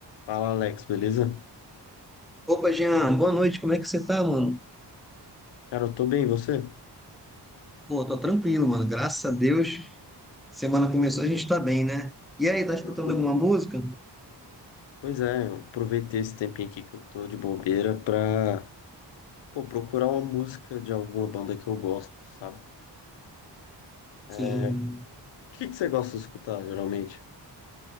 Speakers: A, on the left; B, in the centre.
A: Fala, Alex, beleza?
B: Opa, Jean, boa noite, como é que você tá, mano?
A: Cara, eu tô bem, e você?
B: Pô, tô tranquilo, mano, graças a Deus. Semana começou, a gente tá bem, né? E aí, tá escutando
A: Uhum.
B: alguma música?
A: Pois é, eu aproveitei esse tempinho aqui que eu tô de bobeira pra, pô, procurar uma música de alguma banda que eu gosto, sabe? É,
B: Sim.
A: o que que você gosta de escutar, geralmente?